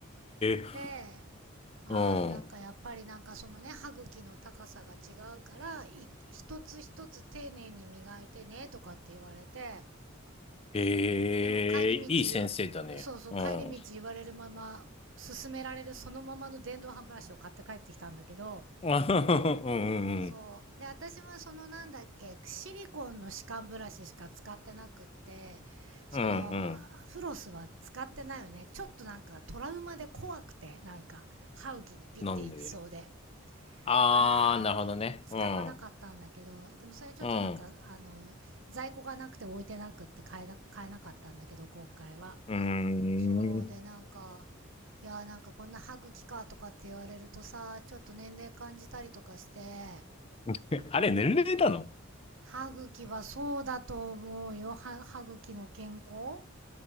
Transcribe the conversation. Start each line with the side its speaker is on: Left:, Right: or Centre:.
Left: え、
Right: で、ああ、
Left: うん。
Right: なんかやっぱりなんかそのね、歯茎の高さが違うから、い一つ一つ丁寧に磨いてね、とかって言われて、
Left: へえ、
Right: でも帰り道そうそう、
Left: いい先生だね。うん。
Right: 帰り道言われるまま、勧められるそのままの電動歯ブラシを買って帰ってきたんだけど、
Left: <laughs> うんうんうん。
Right: そう。で、私はそのなんだっけ、シリコンの歯間ブラシしか使ってなくって、その、
Left: うんうん。
Right: フロスは使ってないよね。ちょっとなんかトラウマで怖くて、なんか、歯茎にピッていきそうで。
Left: なんで。あー、
Right: だから、
Left: なるほどね。
Right: 使わなかったんだけど、
Left: うん。
Right: でもそれはちょっとなんか、
Left: うん。
Right: あの、在庫がなくて置いてなくって買えな、買えなかったんだけど、今回は。
Left: うーん。
Right: そうでなんか、いやーなんかこんな歯茎かとかって言われるとさ、ちょっと年齢感じたりとかして、
Left: <laughs> あれ、年齢なの
Right: 歯茎はそうだと思うよ。歯歯茎の健康